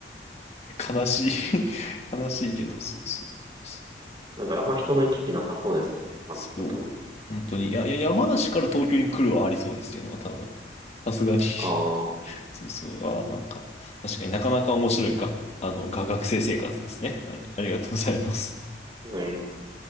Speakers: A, on the left; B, on the right.
A: う、<laughs> 悲しい <laughs> 悲しいけど、そうそうそう。
B: なんかあんま人の行き来なさそうですよね、山の里。
A: そう。本当に。いや、いや、山梨から東京に来るはありそうですよね、まあ、多分。さすがに <laughs>
B: ああ、
A: そうそう。ああ、なんか、確かになかなか面白いが、あの、が学生生活ですね。ありありがとうございます。
B: ございます。